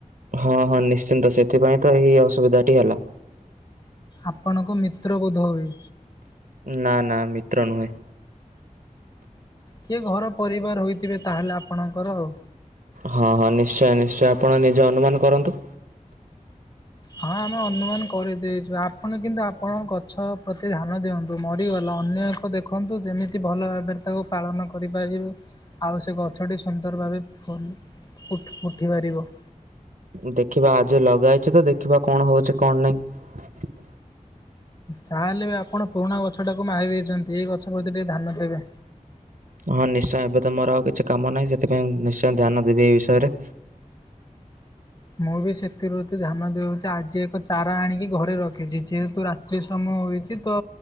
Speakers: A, on the right (about 75°); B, on the left (about 30°).
A: ହଁ ହଁ ନିଶ୍ଚିନ୍ତ ସେଥିପାଇଁ ତ ହେଇ ଅସୁବିଧା ଟି ହେଲା।
B: ଆପଣଙ୍କ ମିତ୍ର ବୋଧ ହୁଏ।
A: ନାଁ ନାଁ ମିତ୍ର ନୁହେଁ।
B: କିଏ ଘର ପରିବାର ହୋଇଥିବେ ତାହେଲେ ଆପଣଙ୍କର ଆଉ।
A: ହଁ ନିଶ୍ଚୟ ନିଶ୍ଚୟ ଆପଣ ନିଜେ ଅନୁମାନ କରନ୍ତୁ।
B: ହଁ ଆମେ ଅନୁମାନ କରିଦେଇଚୁ ଆପଣ କିନ୍ତୁ ଆପଣ ଗଛ ପ୍ରତି ଧ୍ୟାନ ଦିଅନ୍ତୁ ମରିଗଲା ଅନ୍ୟ ଏକ ତ ଦେଖନ୍ତୁ ଯେମିତି ଭଲ ଭାବେରେ ତାକୁ ପାଳନ କରିପାରିବେ। ଆଉ ସେ ଗଛଟି ସୁନ୍ଦର ଭାବେ ଫୁଲ୍ ଉଠ୍ ଉଠି ପାରିବ।
A: ଦେଖିବା ଆଜି ଲଗା ହେଇଚି ତ ଦେଖିବା କଣ ହଉଚି କଣ ନାଇଁ।
B: ଯା ହେଲେ ବି ଆପଣ ପୁରୁଣା ଗଛଟାକୁ ମାରି ଦେଇଛନ୍ତି ଏଇ ଗଛ ପ୍ରତି ଟିକେ ଧ୍ୟାନ ଦେବେ।
A: ହଁ ନିଶ୍ଚୟ ଏବେ ତ ମୋର ଆଉ କିଛି କାମ ନାହିଁ ସେଥିପାଇଁ ନିଶ୍ଚୟ ଧ୍ୟାନ ଦେବି ଏଇ ବିଷୟରେ।
B: ମୁଁ ବି ସେଥିପ୍ରତି ଧ୍ୟାନ ଦେଉଚି ଆଜି ଏକ ଚାରା ଆଣିକି ଘରେ ରଖିଚି ଯେହେତୁ ରା ତି ସମୟ ହୋଇଚି ତ